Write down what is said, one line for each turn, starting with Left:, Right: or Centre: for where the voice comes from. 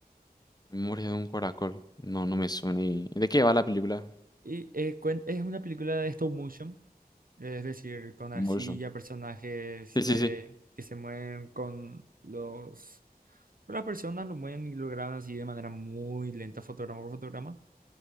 Left: Memoria de un caracol. No, no me suena. ¿Y de qué va la película?
Right: Y eh, cuen- es una película de stop motion, eh, es decir, con arcilla,
Left: Convulsion.
Right: personajes
Left: Sí, sí,
Right: eh,
Left: sí.
Right: que se mueven con los... con Las personas lo mueven y lo graban así de manera muy lenta, fotograma por fotograma.